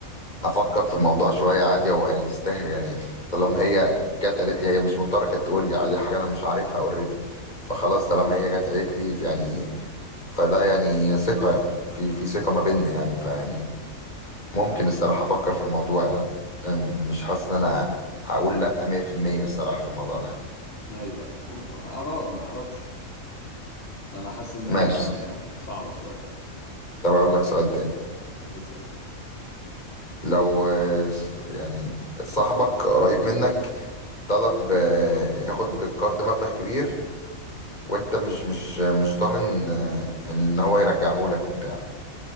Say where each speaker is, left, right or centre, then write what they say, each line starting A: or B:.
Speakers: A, on the left; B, on the left.
A: افكر في الموضوع شويه عادي هو يستاهل يعني طالما هي جت قالت لي هي مش مضطره كانت تقول لي عادي حاجه انا مش عارفها اوريدي فخلاص طالما هي جت قالت لي يعني فده يعني ثقه يعني في في ثقه ما بيننا يعني فيعني ممكن الصراحه افكر في الموضوع يعني يعني مش حاسس ان انا هقول لا 100% الصراحه في الموضوع ده
B: لا ايوه أيوة. اراء ما اعرفش انا حاسس ان هي
A: ماشي
B: يعني صعبة شوية
A: طب اقول لك سؤال تاني
B: اسأل يا باشا
A: لو آه، س- يعني صاحبك قريب منك طلب آه، ياخد قرض مبلغ كبير وانت مش مش مش ضامن آه، يعني ان هو يرجعهولك وبتاع